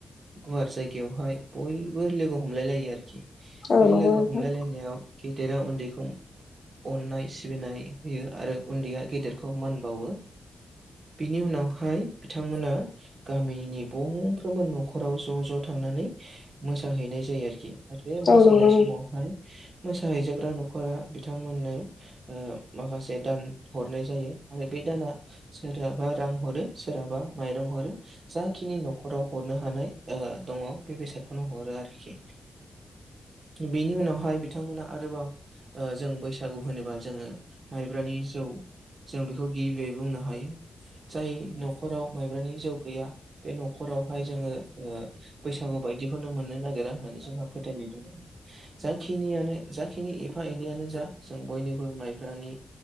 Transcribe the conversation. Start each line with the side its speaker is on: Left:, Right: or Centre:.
Right: गुवार जायगायावहाय बयबो लोगो हमलाय लायो आरोखि
Left: औ
Right: बे
Left: नंगौ
Right: लोगो
Left: नोंथां
Right: हमलायलायनायाव गेदेरा उन्दैखौ अन्नाय सिबिनाय होयो आरो उन्दैया गेदेरखौ मान बावो बिनि उनावहाय बिथांमोना गामिनि बंफ्रोमबो न'खराव ज' ज' थांनानै मोसाहैनाय जायो आरोखि आरो बे मोसानाय
Left: औ नंगौ नोंथां औ नंगौ नोंथां औ नंगौ
Right: समावहाय मोसाहैजाग्रा न'खरा बिथांमोननो माखासे दान हरनाय जायो आरो बे दाना सोरहाबा रां हरो सोरहाबा माइरं हरो जाखिनि न'खराव हरनो हानाय दङ बे बेसादखौनो हरो आरोखि बिनि उनावहाय बिथांमोना आरोबाव जों बैसागु होनोबा जोङो माइब्रानि जौ जों बेखौ गिबियै बुंनो हायो जाय न'खराव माइब्रानि जौ गैया बे न'खरावहाय जोङो बैसागु बायदिखौनो मोननो नागिरा होननानै जोंहा फोथायनायदोंमोन जाखिनियानो जाखिनि एफा एनैयानो जा जों बयनोबो माइब्रानि